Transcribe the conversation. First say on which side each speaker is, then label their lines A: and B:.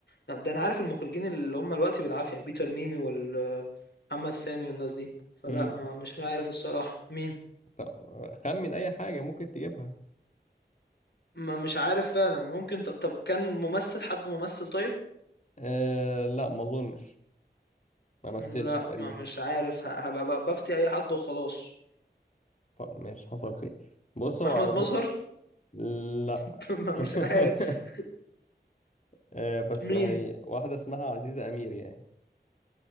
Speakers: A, on the left (about 75°); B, on the left (about 45°).
A: ده انا عارف المخرجين اللي هم دلوقتي بالعافيه بيتر ميمي والمحمد سامي والناس دي فلا
B: امم
A: ما مش عارف الصراحه مين
B: طب خمن اي حاجه ممكن تجيبها
A: ما مش عارف فعلا ممكن طب, طب كان ممثل حد ممثل طيب
B: أه لا ما اظنش ما مثلش
A: م، لا
B: تقريبا
A: ما مش عارف ه- هبقى ب- بفتي اي حد وخلاص
B: طب ماشي حصل خير بص هو
A: احمد
B: على
A: مظهر
B: لا
A: <laughs> ما مش
B: <laughs>
A: عارف
B: أه بس
A: مين
B: هي واحده اسمها عزيزه امير يعني